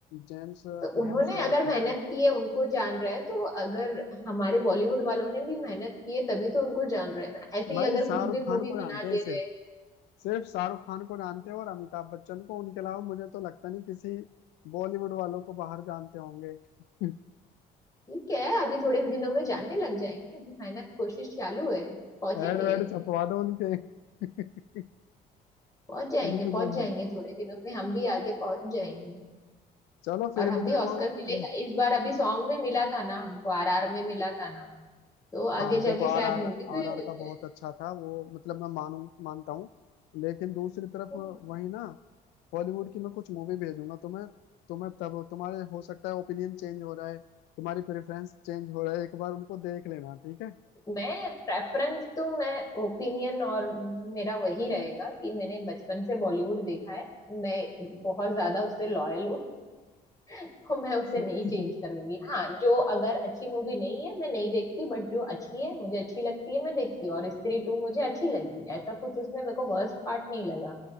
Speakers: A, on the left; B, on the left.
A: जेम्स
B: तो उन्होंने
A: हेम्सवर्थ
B: अगर मेहनत
A: है
B: की है उनको जान रहा है तो अगर हमारे बॉलीवुड वालों ने भी मेहनत की है तभी तो उनको जान रहा है ना ऐसे ही
A: भाई
B: अगर
A: शाहरुख
B: कुछ भी
A: खान
B: मूवी
A: को जानते
B: बना दे
A: हैं सिर्फ
B: रहे हैं
A: सिर्फ शाहरुख खान को जानते हैं और अमिताभ बच्चन को उनके अलावा मुझे तो लगता नहीं किसी बॉलीवुड वालों को बाहर जानते होंगे <laughs>
B: ठीक है अभी थोड़े दिनों में जानने लग जाएंगे अभी मेहनत कोशिश चालू है पहुंचेंगे
A: एड वेड छपवा दो उनके <laughs>
B: पहुंच जाएंगे
A: उनको
B: पहुंच
A: जान
B: जाएंगे थोड़े दिनों में हम भी आगे पहुंच जाएंगे
A: चलो फिर
B: और हम
A: भी
B: भी
A: देखो
B: ऑस्कर
A: <clears throat>
B: मिलेगा इस बार अभी सॉन्ग में मिला था ना हमको आरआर में मिला था ना तो आगे
A: हाँ
B: जाके
A: देखो आर
B: शायद मूवी
A: आर आर
B: पे भी
A: आर
B: मिल
A: का बहुत
B: जाए
A: अच्छा था वो मतलब मैं मानू मानता हूँ लेकिन दूसरी तरफ
B: तो
A: वही ना बॉलीवुड की मैं कुछ मूवी भेजूंगा तुम्हें तुम्हें तब तुम्हारे हो सकता है ओपिनियन चेंज हो रहा है तुम्हारी प्रेफरेंस चेंज हो रहा है एक बार उनको देख लेना ठीक है
B: मैं प्रेफरेंस तो मैं ओपिनियन और मेरा वही रहेगा कि मैंने बचपन से बॉलीवुड देखा है मैं बहुत ज्यादा उससे लॉयल हूँ तो मैं उसे
A: <laughs>
B: नहीं चेंज करूंगी हाँ जो अगर अच्छी मूवी नहीं है मैं नहीं देखती बट जो अच्छी है मुझे अच्छी लगती है मैं देखती हूँ और स्त्री टू मुझे अच्छी लगी ऐसा कुछ उसमें मेरे को वर्स्ट पार्ट नहीं लगा